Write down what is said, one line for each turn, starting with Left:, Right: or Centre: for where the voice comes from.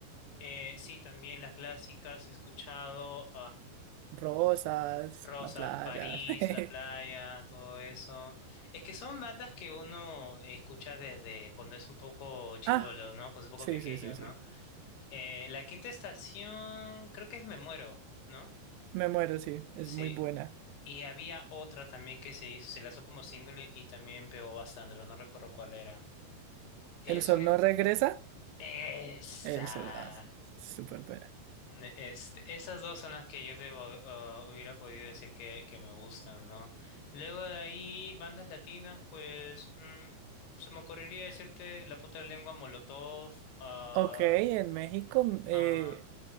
Left: eh, sí, también las clásicas he escuchado,
Right: Rosas,
Left: Rosas,
Right: la playa.
Left: París,
Right: <laughs>
Left: La Playa, todo eso. Es que son bandas que uno escucha desde cuando es un poco chivolo,
Right: Ah,
Left: ¿no? Cuando es un
Right: sí,
Left: poco pequeño,
Right: sí, sí,
Left: ¿no?
Right: sí.
Left: Eh, la quinta estación, creo que es Me Muero, ¿no?
Right: Me muero, sí. Es
Left: Sí.
Right: muy buena.
Left: Y había otra también que se hizo, se lanzó como single y también pegó bastante, pero no recuerdo cuál era. Ellos
Right: ¿El sol
Left: son... es-
Right: no regresa?
Left: Esa.
Right: El sol, ah, sí, súper buena.
Left: Ne- Este, esas dos son las que yo te hu- ah, hubiera podido decir que, que me gustan, ¿no? Luego de ahí, bandas latinas, pues mm, se me ocurriría decirte La Punta de la Lengua, Molotov. ah,
Right: Ok, en México, mm, eh,
Left: ah,